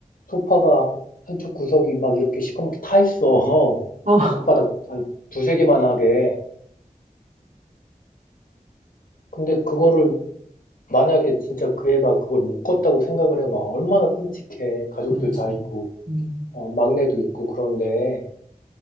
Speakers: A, on the left (about 75°); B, on the right (about 70°).
A: 소파가 한쪽 구석이 막 이렇게 시커멓게 타 있어. <laughs>
B: 어,
A: 한 손바닥
B: <laughs>
A: 한 두세 개만하게. 근데 그거를 만약에 진짜 그 애가 그걸 못 껐다고 생각을 해 봐. 얼마나 끔찍해. 가족들
B: 그렇지.
A: 다 있고
B: 음.
A: 어 막내도 있고 그런데.